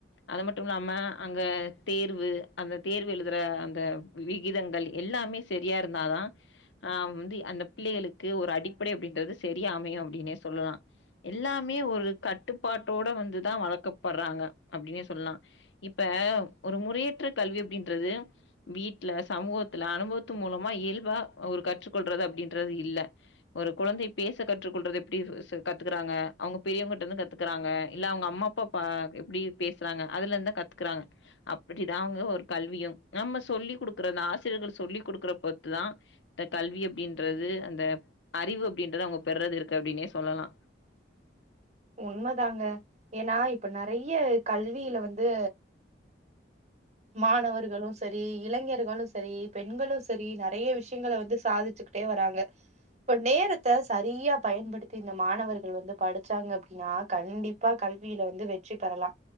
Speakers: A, on the left; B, on the right.
A: அது மட்டு இல்லாம அங்க தேர்வு அந்த தேர்வு எழுதுற அந்த விகிதங்கள் எல்லாமே செரியா இருந்தாதா ஆஹ் வந்து அந்த பிள்ளைகளுக்கு ஒரு அடிப்படை அப்டின்றது செரியா அமையு அப்டின்னே சொல்லலா எல்லாமே ஒரு கட்டுப்பாட்டோட வந்துதா வளர்க்கப்படுறாங்க அப்டின்னே சொல்லலா இப்ப ஒரு முறையற்ற கல்வி அப்டின்றது வீட்டுல சமூகத்துல அனுபவத் த்து மூலமாக இயல்பா ஒரு கற்றுக்கொள்றது அப்டின்றது இல்ல ஒரு குழந்தை பேச கற்றுக்கொள்றது எப்டி சு கத்துக்குறாங்க அவங்க பெரியவங்கட்ட இருந்து கத்துக்குறாங்க இல்ல அவங்க அம்மா அப்பா பா எப்டி பேசுறாங்க அதுல இருந்து தா கத்துக்கறாங்க அப்டிதா அவங்க ஒரு கல்வியும் நம்ம சொல்லிகுடுக்குற அந்த ஆசிரியர்கள் சொல்லிக்குடு க்குற பொத்துதா இந்த கல்வி அப்டின்றது அந்த அறிவு அப்டின்றது அவங்க பெறது இருக்கு அப்டினே சொல்லலா
B: உண்மதாங்க ஏன்னா இப்ப நெறைய கல்வியில வந்து மாணவர்களு சரி இளைஞர்களு சரி பெண்களு சரி நெறைய விஷயங்கள்ல வந்து சாதிச்சுக்கிட்டே வராங்க இப்ப நேரத்த சரியா பயன்படுத்தி இந்த மாணவர்கள் வந்து படிச்சாங்க அப்டின்னா கண்டிப்பா கல்வியில வந்து வெற்றி பெறலா